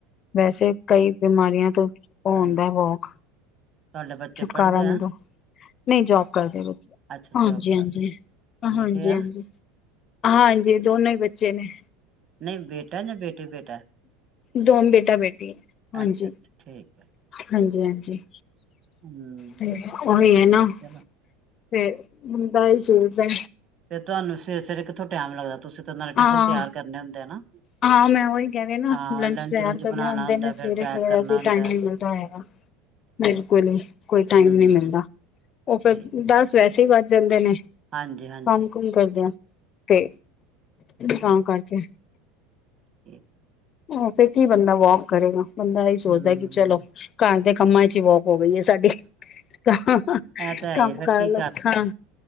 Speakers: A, on the left; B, on the right.
A: ਵੈਸੇ ਕਈ ਬਿਮਾਰੀਆਂ ਤੋਂ ਉਹ
B: ਹਾਂਜੀ
A: ਹੂੰਦਾ ਵੋਕ,
B: ਤੁਹਾਡੇ ਬੱਚੇ
A: ਛੁਟਕਾਰਾ
B: ਪੜ੍ਹਦੇ
A: ਮਿਲੋ।
B: ਆ
A: ਨਹੀਂ ਜੋਬ ਕਰਦੇ <unintelligible> ਲੋਕ।
B: ਅੱਛਾ
A: ਹਾਂਜੀ-
B: ਜੋਬ
A: ਹਾਂਜੀ,
B: ਕਰ ਬੇਟੇ
A: ਹਾਂਜੀ-
B: ਆ
A: ਹਾਂਜੀ। ਹਾਂਜੀ। ਦੋਨੋ ਹੀ ਬੱਚੇ ਨੇ
B: ਨਹੀਂ ਬੇਟਾ ਜਾਂ ਬੇਟੀ ਬੇਟਾ।
A: ਦੋਨ ਬੇਟਾ-ਬੇਟੀ ਹਾਂਜੀ,
B: ਅੱਛਾ ਅੱਛਾ ਠੀਕ ਹੈ।
A: ਹਾਂਜੀ, ਹਾਂਜੀ।
B: ਹੂੰ
A: <unintelligible> ਓਈ ਏ ਨਾਂ
B: ਚਲੋ
A: ਫੇਰ ਮੁੰਡਾ ਅਈ ਸੋਚਦੈ
B: ਫੇਰ ਤੂਆਨੂੰ ਸਵੇਰੇ-ਸਵੇਰੇ ਕਿੱਥੋਂ ਟੈਮ ਲੱਗਦੈ, ਤੂਸੀ ਤੇ ਨਾਲੇ
A: ਹਾਂ
B: ਟਿਫੱਨ ਤੇਆਰ ਕਰਨੇ ਹੁੰਦੇ ਐ ਨਾ।
A: ਹਾਂ ਮੈਂ ਓਈ ਕੈ ਰੀ ਨਾ
B: ਹਾਂ
A: ਲੰਚ ਤੇਆਰ
B: ਲੁਚ
A: ਕਰਨੇ
B: ਬਣਾਣਾ
A: ਹੁੰਦੇ
B: ਹੁੰਦਾ
A: ਨੇ
B: ਫੇਰ
A: ਸਵੇਰੇ-ਸਵੇਰੇ
B: ਪੈਕ ਕਰਨਾ
A: ਅਸੀ,
B: ਹੁੰਦਾ
A: ਟਾਈਮ ਨੀ ਮਿਲਦਾ ਹੋਏਗਾ।
B: ਤੇ
A: ਬਿਲਕੁਲ, ਕੋਈ ਟਾਈਮ
B: ਹੂੰ
A: ਨੀ ਮਿਲਦਾ ਓ ਫੇਰ
B: ਠੀਕ
A: ਦਾੱਸ ਵੈਸੇ ਈ ਵਾੱਜ ਜਾਂਦੇ ਨੇ,
B: ਹਾਂਜੀ ਹਾਂਜੀ
A: ਕਾੰਮ-ਕੁੁੰਮ ਕਰਦੇਆਂ ਤੇ, ਤਾਂ ਕਾਰਕੇ
B: <inaudible>
A: ਅ ਫੇਰ ਕੀ ਬੰਦਾ ਵੋਕ ਕਰੇਗਾ, ਬੰਦਾ ਏਈ ਸੋਚਦੈ
B: ਹੂੰ
A: ਕਿ ਚਲੋ ਘਾਰ ਦੇ ਕੰਮਾਂ ਇਚ ਈ ਵੋਕ ਹੋ ਗਈ ਏ ਸਾਡੀ, <unintelligible>
B: ਇਹ ਤਾਂ ਹੈ
A: ਕਾੰਮ
B: ਹੀ ਫੇਰ
A: ਕਾਰ
B: ਕੀ
A: ਲੋ, ਹਾਂ।